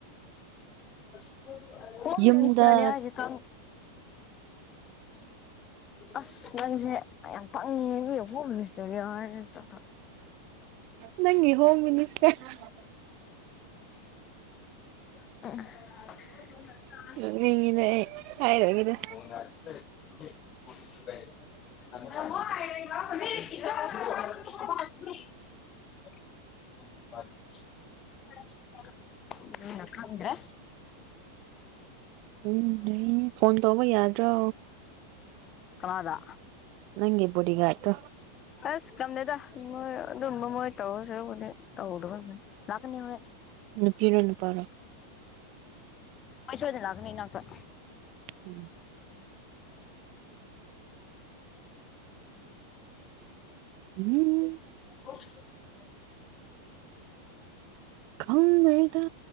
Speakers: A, on the left; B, on the right.
A: <unintelligible> ꯍꯣꯝ
B: ꯌꯨꯝꯗ
A: ꯃꯤꯅꯤꯁꯇꯔꯅꯦ ꯍꯧꯖꯤ ꯀ ꯑꯁ ꯅꯪꯁꯦ ꯌꯥꯝ ꯄꯪꯉꯦ ꯃꯤꯅ ꯍ‌ꯣꯝꯃꯤꯅꯤꯁꯇ꯭ꯔꯅ‌ꯦ ꯍꯥꯏꯔ ꯇ ꯇ
B: ꯅꯪꯒꯤ ꯍꯣꯝ ꯃꯤꯅꯤꯁꯇꯔ
A: <unintelligible>
B: ꯅꯣꯛꯅꯤꯡꯉꯤꯅꯦ
A: <unintelligible>
B: ꯑꯩ ꯍꯥꯏꯔꯣꯏꯒꯦꯗ
A: <unintelligible> <inaudible> <inaudible> <inaudible> ꯎꯅ ꯈꯪꯗ꯭ꯔ‌ꯦ
B: ꯎꯝ ꯂꯩ ꯐꯣꯟ ꯇꯧꯕ ꯌꯥꯗ꯭ꯔꯣ
A: ꯀꯅꯥꯗ
B: ꯅꯪꯒꯤ ꯕꯣꯗꯤ ꯒꯔꯗꯇꯣ
A: ꯑꯁ ꯀꯝꯗ‌ꯦꯗ ꯃꯣꯏ ꯑꯗꯨꯝꯕ ꯃꯣꯏ ꯇꯧꯔ ꯁꯔꯨꯛ ꯄꯨꯗꯤ ꯇꯧꯗꯕꯅ ꯐꯩ ꯂꯥꯛꯀꯅꯤ ꯍꯣꯔꯦꯟ
B: ꯅꯨꯄꯤꯔꯣ ꯅꯨꯄꯥꯔꯣ
A: ꯃꯥ ꯁꯣꯏꯗꯅ ꯂꯥꯛꯀꯅꯤ ꯏꯅꯥꯛꯇ
B: <inaudible> <inaudible>
A: <unintelligible> <inaudible>
B: ꯈꯪꯗꯦꯗ